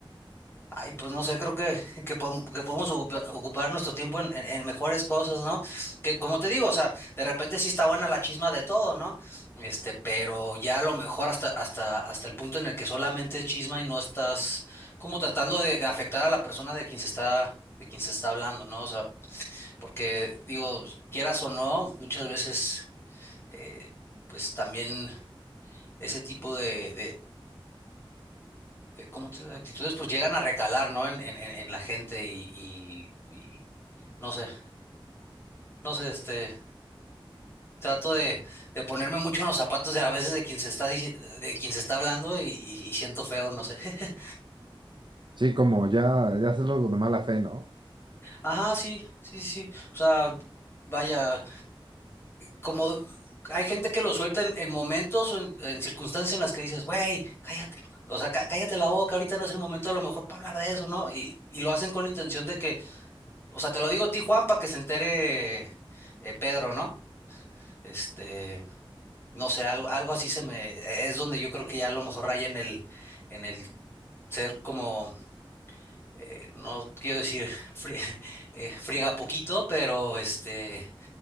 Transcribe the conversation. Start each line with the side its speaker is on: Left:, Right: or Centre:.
Left: Ay, pues no sé, creo que, que, podem- que podemos ocupar, ocupar nuestro tiempo en, en- en mejores cosas, ¿no? Que como te digo, o sea, de repente sí está buena la chisma de todo, ¿no? Este, pero ya a lo mejor hasta, hasta, hasta el punto en el que solamente es chisma y no estás como tratando de, de afectar a la persona de quien se está, de quien se está hablando, ¿no? O sea, porque digo, quieras o no, muchas veces, eh, pues también ese tipo de eh, ¿cómo te digo? de actitudes, pues llegan a recalar, ¿no? En, en, en- en la gente y, y- y no sé, no sé, este, trato de, de ponerme mucho en los zapatos de a veces de quien se está, dici- de quien se está hablando y, y- y siento feo, no sé. <laughs>
Right: Sí, como ya, ya hacerlo de mala fe, ¿no?
Left: Ajá, sí, sí, sí. sí. O sea, vaya, como hay gente que lo suelta en, en momentos o en, en circunstancias en las que dices, güey, cállate. O sea, cá- cállate la boca, ahorita no es el momento a lo mejor para hablar de eso, ¿no? Y, y lo hacen con la intención de que O sea, te lo digo a ti, Juan, para que se entere eh, Pedro, ¿no? Este, no sé, algo, algo así se me, es donde yo creo que ya a lo mejor raya en el, en el ser como, eh, no quiero decir frie- <laughs> eh, friega poquito, pero este,